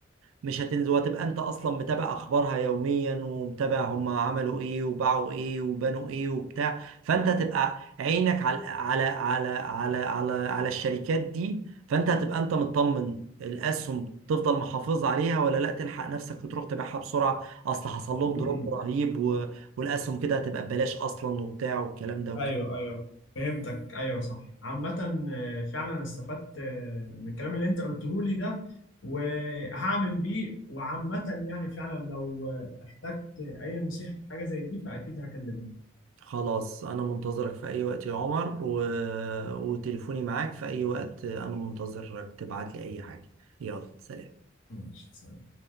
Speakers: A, on the right (about 85°); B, on the left (about 70°).
A: مش هتنزل وهتبقى انت اصلا متابع اخبارها يوميا ومتابع هم عملوا ايه وباعوا ايه وبنوا ايه وبتاع فانت هتبقى عينك على على على على على على الشركات دي فانت هتبقى انت مطمن الاسهم تفضل محافظ عليها ولا لا تلحق نفسك وتروح تبيعها بسرعه اصل حصل لهم
B: م-
A: دروب
B: م.
A: رهيب و... والاسهم كده هتبقى ببلاش اصلا وبتاع والكلام ده وكده
B: ايوه ايوه فهمتك ايوه صح عامة آه، فعلا استفدت آه، من الكلام اللي انت قلته لي ده وهعمل بيه وعامة يعني فعلا لو آه، احتجت اي نصيحة في حاجة زي دي فاكيد هكلمك
A: خلاص انا منتظرك في اي وقت يا عمر و... وتليفوني معاك في اي وقت انا منتظرك تبعت لي اي حاجه يلا سلام
B: ماشي سلام